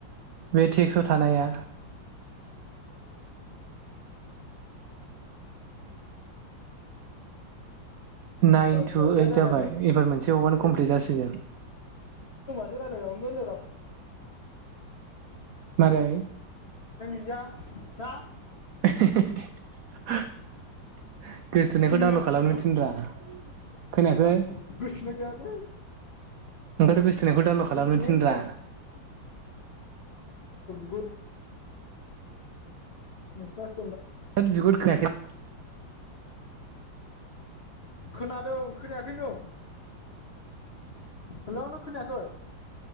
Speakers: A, on the right; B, on the left.
A: बे टेक्सआव थानाया! नाइन
B: बागुलायोलै
A: टु ओइट
B: रायलायनो
A: जाबाय एबार मोनसे बावबानो
B: फेथेर
A: कमप्लिट जासिगोन।
B: <unintelligible> रायज्लायनो जों गोजोननाय
A: मारै
B: गैया। दा।
A: <unintelligible> गोसोथोनायखौ
B: नङा
A: डाउनलड
B: होनदों
A: खालामनो थिनब्रा खोनायाखै
B: गोसोथोनाय गैयालै।
A: ओंखायनथ' गोसोथोनायखौ डाउनलड खालामनो
B: गोसोनायानो
A: थिन
B: गैया
A: ब्रा।
B: गुद <unintelligible>
A: होद बिगुद खोनायाखै
B: खोना ओं खोनायाखै होनदों हेल' नों खोनायाखै?